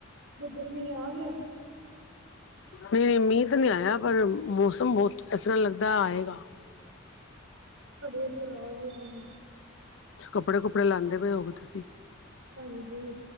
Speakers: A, on the right; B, on the left.
A: ਇੱਧਰ ਮੀਂਹ ਆ ਗਿਆ?
B: ਨਹੀਂ ਮੀਂਹ ਤਾਂ ਨੀ ਆਇਆ, ਪਰ ਮੌਸਮ ਬਹੁਤ ਇਸ ਤਰ੍ਹਾਂ ਲੱਗਦਾ ਆਏਗਾ।
A: ਸਾਡੇ ਇਧਰ ਆ ਗਿਆ ਮੀਂਹ।
B: ਤੁਸੀਂ ਕੱਪੜੇ -ਕੁਪੜੇ ਲਾਂਦੇ ਪਏ ਹੋਉਗੇ ਤੁਸੀਂ?
A: ਹਾਂਜੀ